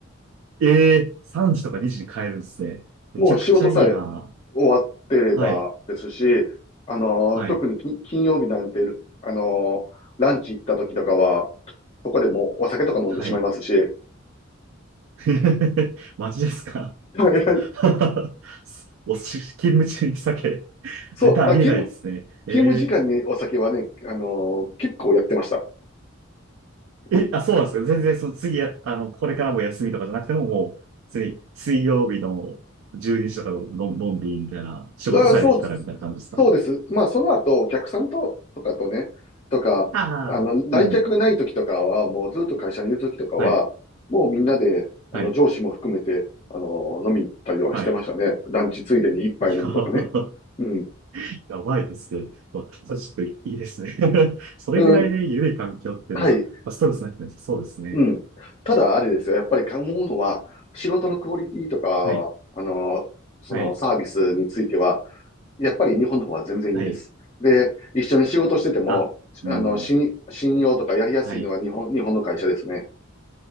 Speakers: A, on the right; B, on the left.
A: ええ3時とか2時に帰るんですね。めちゃくちゃいいな。
B: もう仕事さえ終わってればですし、
A: はい。
B: あの、
A: はい。
B: 特に金金曜日なんて、あの、ランチ行った時とかは、そこでもうお酒とか飲んでしまいますし、
A: はい。<laughs> マジですか
B: はいはい。
A: <laughs> おし、勤務中に酒。
B: そう、
A: 絶対ありえないですね。
B: あ、気分、
A: え
B: 勤務時間にお酒はね、あのー結構やってました。
A: え、
B: うん。
A: あ、そうなんですか。全然、その次、あの、これからも休みとかじゃなくても、もう、次、水曜日の12時とかの、ののんびりみたいな、仕事さえできたらみたいな感じですか。
B: あ、そうです、そうです。まあ、その後、お客さんと、とかとね、とか、
A: ああ。
B: あの、来客ない時とかは、
A: うん。
B: もうずっと会社にいる時とかは、
A: はい。
B: もうみんなで、あの、
A: はい。
B: 上司も含めて、あのー飲みに行ったりはしてましたね。
A: はい。
B: ランチついでに一杯飲むとかね。
A: いやー、
B: うん。
A: <laughs> やばいですね。まあ、ちょっといいですね。<laughs> それぐらいで緩い環境っていうのは、
B: うん。はい。
A: まあストレスなくてもそうですね。
B: うん。ただ、あれですよ。やっぱり思うのは、仕事のクオリティとか、
A: はい。
B: あのそのサービスについては、
A: はい。
B: やっぱり日本の方は全然いいです。
A: はい。
B: で、一緒に仕事してても、
A: あ、うん。
B: あの、信、信用とかやりやすいのは日本、
A: はい。
B: 日本の会社ですね。